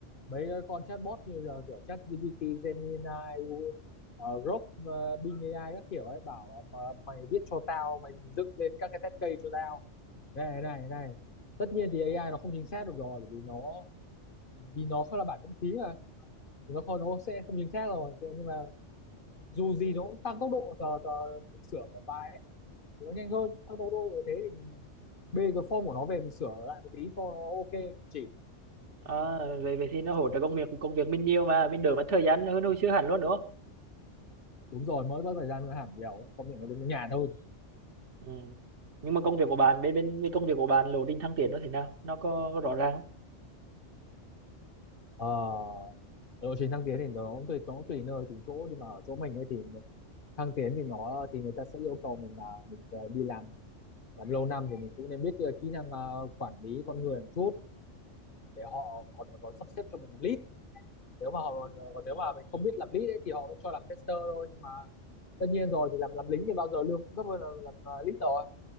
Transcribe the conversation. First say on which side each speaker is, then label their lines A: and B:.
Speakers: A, on the left; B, on the right.
A: mấy cái con chatbot như là kiểu ChatGPT, Gemini, U- ờ, Grok, ờ, Bing AI các kiểu ấy bảo là mà mày biết cho tao, mày dựng lên các cái test case cho tao. Này này này. Tất nhiên thì AI nó không chính xác được rồi bởi vì nó vì nó không là bản miễn phí mà thì nó không nó sẽ không chính xác rồi Thế nhưng mà dù gì nó cũng tăng tốc độ tờ, tờ sửa một bài ấy thì nó nhanh hơn tăng tốc độ như thế thì mình bê cái form của nó về mình sửa lại một tí cho nó ok chỉ
B: à,
A: đấy.
B: về về thì nó hỗ trợ công việc công việc mình nhiều mà mình đỡ mất thời gian hơn hồi xưa hẳn luôn đúng
A: đúng rồi mới mất thời gian nó hẳn nhiều công nhận nó đến nó nhàn hơn
B: Ừ. Nhưng mà công việc của bạn bên bên bên công việc của bạn lộ trình thăng tiến nó thế nào? Nó có, có rõ ràng không?
A: ờ lộ trình thăng tiến thì nó tùy nó tùy nơi tùy chỗ nhưng mà ở chỗ mình ấy thì thăng tiến thì nó thì người ta sẽ yêu cầu mình là mình phải đi làm làm lâu năm thì mình cũng nên biết ờ, kỹ năng ờ, quản lý con người một chút để họ còn có sắp xếp cho mình làm lead nếu mà họ còn nếu mà mình không biết làm lead ấy, thì họ mới cho làm tester thôi nhưng mà tất nhiên rồi thì làm làm lính thì bao giờ lương cũng thấp hơn là làm ờ, lead rồi